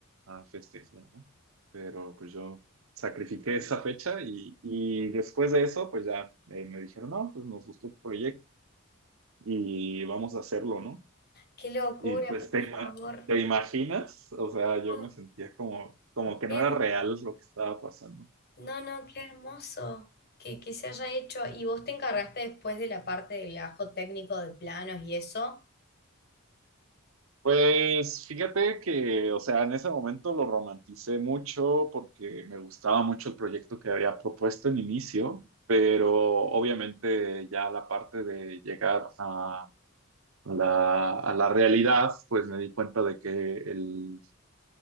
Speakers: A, on the right; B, on the left.
A: a festejar, ¿no? Pero pues yo sacrifiqué esa fecha y, y después de eso, pues ya eh, me dijeron, no, pues nos gustó el proyecto y vamos a hacerlo, ¿no?
B: Qué locura,
A: Y pues
B: por
A: te, ima-
B: favor.
A: te imaginas, o sea, yo
B: No,
A: me sentía como, como que
B: qué
A: no era
B: herm-
A: real lo que estaba pasando.
B: no, no, qué hermoso que, que se haya hecho. ¿Y vos te encargaste después de la parte del ajo técnico de planos y eso?
A: Pues fíjate que, o sea, en ese momento lo romanticé mucho porque me gustaba mucho el proyecto que había propuesto en inicio,
B: Ujú.
A: pero obviamente ya la parte de llegar a la, a la realidad, pues me di cuenta de que el,